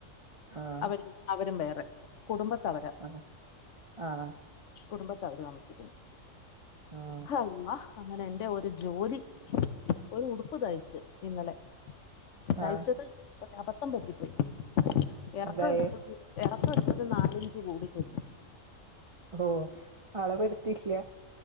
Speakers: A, on the right; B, on the left.
A: ആഹ്
B: അവരും വേറെ കുടുംബത്തവരാ
A: ആഹ് ആഹ്
B: കുടുംബത്ത് അവര് താമസിക്കുന്നു
A: ആഹ്
B: ഹള്ളാ അങ്ങനെ എന്റെ ഒരു ജോലി ഒരു ഉടുപ്പ് തയ്ച്ച് ഇന്നലെ തഴച്ചത്
A: ആഹ്
B: ഒരു അബദ്ധം പറ്റിപ്പോയി ഇറക്കം
A: എന്തായി
B: എടുത്തത് ഇറക്കം എടുത്തത് നാലഞ്ച് കൂടി പോയി
A: ഓ അളവെടുത്തില്ല